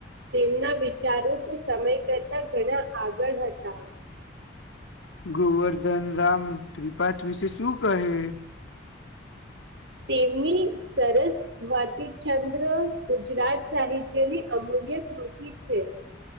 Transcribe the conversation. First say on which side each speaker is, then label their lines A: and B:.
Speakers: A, on the right (about 65°); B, on the left (about 85°).
A: તેમના વિચારો તો સમય કરતા ઘણા આગળ હતા.
B: <inaudible> ગોવર્ધન રામ ત્રિપાઠ વિશે સુું કહે.
A: તેમની સરસ વાત ચછા સમ્ર ગુજરાત સાહિત્યની અમૂલ્ય કૃતિ છે.